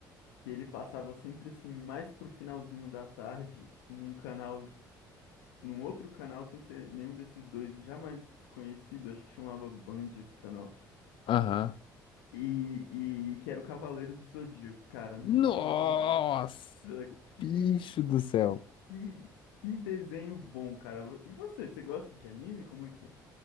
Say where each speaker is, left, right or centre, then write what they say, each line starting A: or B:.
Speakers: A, on the left; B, on the left.
A: que ele passava sempre assim mais pro finalzinho da tarde num canal, num outro canal sem ser nenhum desses dois, jamais desconhecido, acho que chamava Band esse canal.
B: aham.
A: E, e que era o Cavaleiros do Zodíaco, cara. Nossa,
B: Nossa,
A: que
B: bicho do céu.
A: que que desenho bom, cara. E você, você gosta de anime? Como é que é?